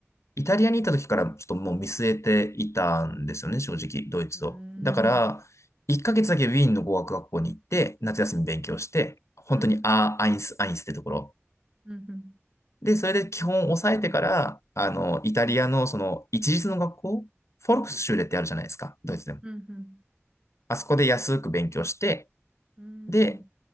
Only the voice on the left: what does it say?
イタリアに行った時からちょっともう見据えていたんですよね、正直、ドイツを。
だから、1ヶ月だけウィーンの語学学校に行って、夏休み勉強して、本当にアー、
アインス、アインスってところ。
で、それで基本を抑えてから、あの、イタリアのその一律の学校、フォルクスシューレってあるじゃないですか、
ドイツでも。
あそこで安く勉強して、
で、